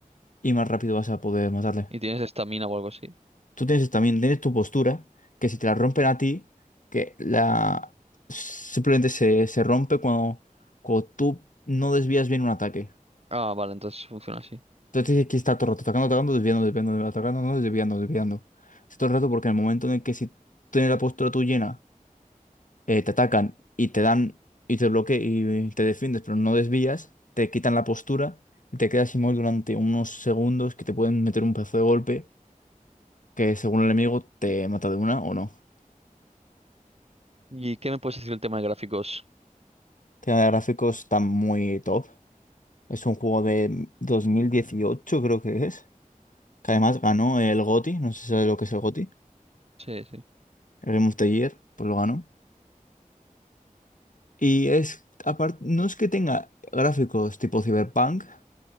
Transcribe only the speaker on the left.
y más rápido vas a poder matarle.
Tú tienes también, tienes tu postura, que si te la rompen a ti, que la simplemente se, se rompe cuando, cuando tú no desvías bien un ataque.
Entonces aquí está todo el rato atacando, atacando, desviando, desviando, atacando, no, desviando, desviando. Es todo el rato porque en el momento en el que si tienes la postura tú llena, eh, te atacan y te dan y te bloquean y te defiendes, pero no desvías, te quitan la postura y te quedas inmóvil durante unos segundos que te pueden meter un pedazo de golpe que según el enemigo te mata de una o no.
Tema de gráficos está muy top. Es un juego de 2018 creo que es. Que además ganó el GOTY, no sé si sabes lo que es el GOTY.
El Game of the Year, pues lo ganó. Y es, aparte, no es que tenga gráficos tipo Cyberpunk,